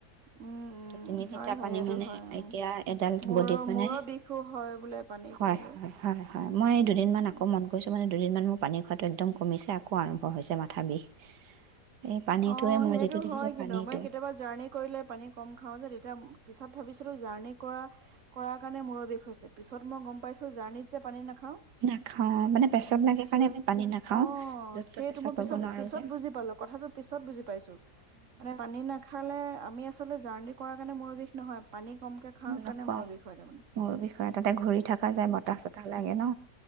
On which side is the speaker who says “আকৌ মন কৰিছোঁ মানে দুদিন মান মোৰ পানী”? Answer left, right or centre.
Right